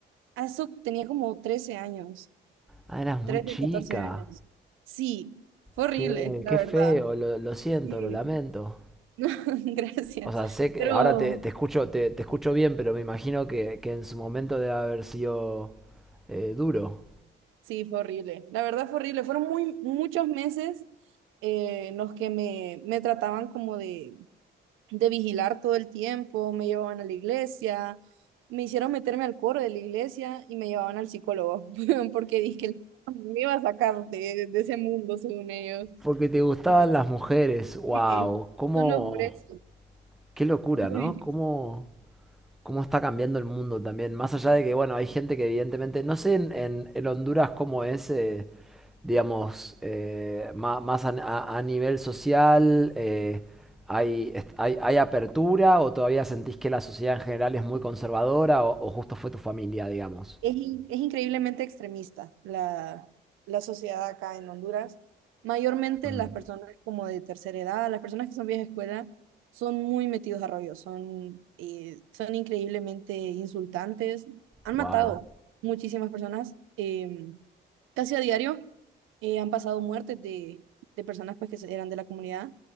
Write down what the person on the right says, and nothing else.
a eso tenía como 13 años,
13,
14 años. Sí, fue horrible,
la
verdad.
Sí,
<laughs> no, gracias.
Pero,
Sí, fue horrible. La verdad fue horrible. Fueron muy, muchos meses eh, en los que me, me trataban como de, de vigilar todo el tiempo, me llevaban a la iglesia, me hicieron meterme al coro de la iglesia y me llevaban al psicólogo, <laughs> porque dije que el psicólogo me iba a sacar de, de ese mundo, según ellos.
Y,
sí,
solo por eso.
Muy
Es, in- es increíblemente extremista la, la sociedad acá en Honduras. Mayormente
las personas como de tercera edad, las personas que son viejas escuela, son muy metidos a rollo, son, eh, son increíblemente insultantes. Han
matado muchísimas personas eh, casi a diario. eh, han pasado muertes de, de personas pues, que se- eran de la comunidad.